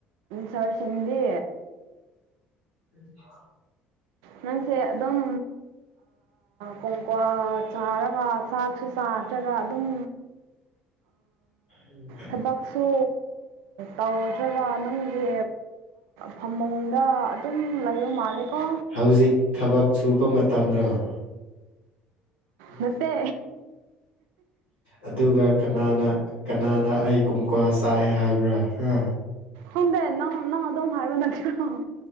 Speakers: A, on the right; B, on the left.
A: ꯁꯥꯔꯁꯤꯡꯗꯤ
B: ꯁꯤꯌꯥ
A: ꯅꯪꯁꯦ ꯑꯗꯨꯝ ꯀꯣꯡꯀ꯭ ꯆꯥꯔꯒ ꯆꯥꯛꯁꯨ ꯆꯥꯇ꯭ꯔꯒ ꯑꯗꯨꯝ
B: ꯎꯝ
A: ꯊꯕꯛꯁꯨ ꯇꯧꯗ꯭ꯔꯕ ꯅꯅꯨꯡꯒꯤ ꯐꯃꯨꯡꯗ ꯑꯗꯨꯝ ꯂꯩꯕ ꯃꯥꯜꯂꯦꯀꯣ
B: ꯍꯧꯖꯤꯛ ꯊꯕꯛ ꯁꯨꯕ ꯃꯇꯝꯔꯣ ꯀ
A: ꯅꯠꯇꯦ
B: ꯆ ꯑꯗꯨꯒ ꯀꯅꯥꯅ ꯀꯅꯥꯅ ꯑꯩ ꯀꯨꯝꯀ꯭ ꯆꯥꯏ ꯍꯥꯏꯕ꯭ꯔꯥ ꯍꯥ
A: ꯍꯣꯟꯗꯦ ꯅꯪ ꯅꯪ ꯑꯗꯨꯝ ꯍꯥꯏꯕ ꯅꯠꯇꯦꯣ